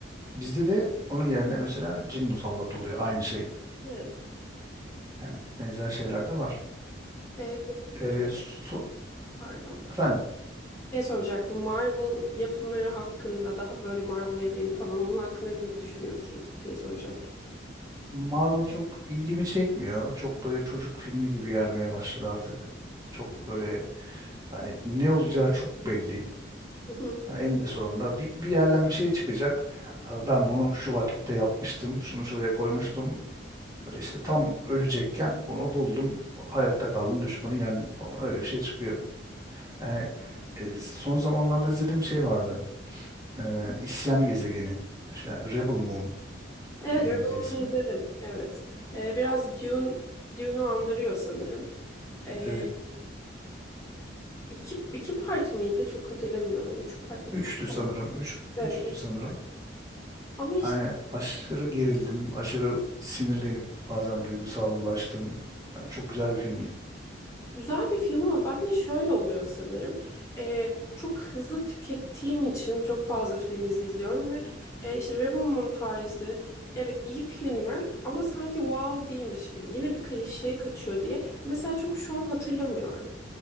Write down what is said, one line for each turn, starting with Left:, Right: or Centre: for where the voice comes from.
Right: Bizde de onun yerine mesela cin musallat oluyor. Aynı şey.
Left: Evet.
Right: Yani benzer şeyler de var.
Left: Ee, peki böyle
Right: Ee,
Left: şey-
Right: so-
Left: pardon.
Right: efendim
Left: Şey soracaktım. Marvel yapımları hakkında daha böyle Marvel evreni falan onun hakkında ne düşünüyorsun diye soracaktım.
Right: Marvel çok ilgimi çekmiyor. Çok böyle çocuk filmi gibi gelmeye başladı artık. Çok böyle hani ne olacağı çok belli.
Left: <laughs>
Right: Hani eninde sonunda bir, bir yerden bir şey çıkacak. Aa, Ben bunu şu vakitte yapmıştım. Şunu şuraya koymuştum. Böyle işte tam ölecekken onu buldum. Hayatta kaldım. Düşmanı yendim falan. Öyle bir şey çıkıyor. Yani e, son zamanlarda izlediğim şey vardı. Ee, İsyan Gezegeni. İşte Rebel Moon
Left: Evet,
Right: diye
Left: Rebel'ı
Right: İngilizce ismi.
Left: izledim. Evet. Ee, biraz Dune, Dune'u andırıyor sanırım. Ee,
Right: Evet.
Left: iki, iki part mıydı? Çok hatırlamıyorum. Üç part mıydı?
Right: Üçtü
Left: İki part.
Right: sanırım.
Left: Üç.
Right: Üç,
Left: Evet,
Right: üçtü
Left: üç
Right: sanırım.
Left: part. Ama işte
Right: Hani aşırı gerildim. Aşırı sinirlenip bazen duygusallaştım. Yani çok güzel bir filmdi.
Left: güzel bir film ama ben de şöyle oluyor sanırım. Ee, çok hızlı tükettiğim için çok fazla film dizi izliyorum ve e, işte Rebel Moon tarzı Evet iyi filmler ama sanki wow değilmiş gibi. Yine bir klişeye kaçıyor diye. Mesela çok şu an hatırlamıyorum.